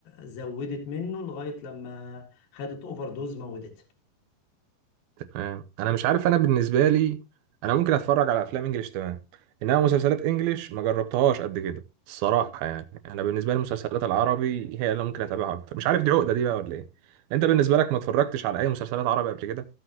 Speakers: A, on the left (about 70°); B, on the right (about 75°).
A: زودت منه لغايه لما خدت اوفر دوز موتتها
B: تمام انا مش عارف انا بالنسبه لي انا ممكن اتفرج على افلام انجليش تمام انما مسلسلات انجليش ما جربتهاش قد كده الصراحه يعني انا بالنسبه لي المسلسلات العربي هي اللي ممكن اتابعها اكتر مش عارف دي عقده دي بقى ولا ايه انت بالنسبه لك ما اتفرجتش على اي مسلسلات عربي قبل كده